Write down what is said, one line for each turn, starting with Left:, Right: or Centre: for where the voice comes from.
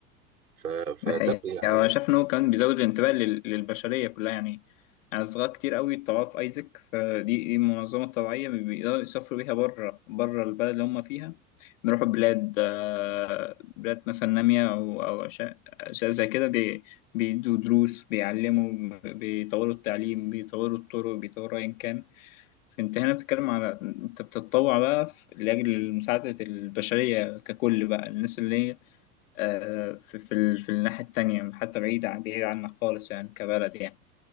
Right: ف... فده
Left: ده حقيقة
Right: يعني
Left: يعني أنا شايف إن هو كان بيزود الانتباه لل- للبشرية كلها يعني يعني صغار كتير قوي طلعوا في أيزك فدي دي منظمة طوعية بيقدروا يسافروا بيها بره بره البلد اللي هم فيها بيروحوا بلاد آه، بلاد مثلا نامية أو أو أشياء أشياء زي كده بي- بيدوا دروس بيعلموا بيطوروا التعليم بيطوروا الطرق بيطوروا أيا كان فأنت هنا بتتكلم على أنت بتتطوع بقى في- لأجل مساعدة البشرية ككل بقى الناس اللي هي آه، في في ال- في الناحية التانية حتى بعيد عن بعيد عنك خالص يعني كبلد يعني